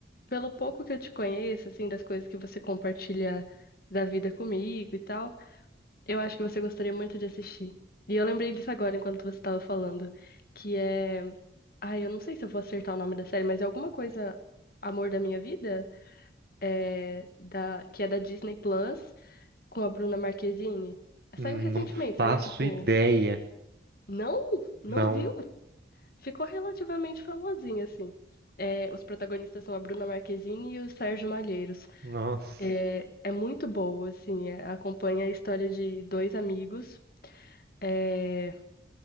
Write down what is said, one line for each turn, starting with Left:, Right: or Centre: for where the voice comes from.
Left: pelo pouco que eu te conheço, assim, das coisas que você compartilha da vida comigo e tal. Eu acho que você gostaria muito de assistir. E eu lembrei disso agora enquanto você estava falando, que é, ai, eu não sei se eu vou acertar o nome da série, mas é alguma coisa Amor da Minha Vida, é da que é da Disney Plus com a Bruna Marquezine. Saiu
Right: Hum,
Left: recentemente,
Right: Não faço
Left: saiu tipo,
Right: ideia.
Left: não, não
Right: Não.
Left: viu? Ficou relativamente famosinha assim. É, os protagonistas são a Bruna Marquezine e o Sérgio Malheiros.
Right: Nossa.
Left: É, é muito boa, assim, é, acompanha a história de dois amigos. é,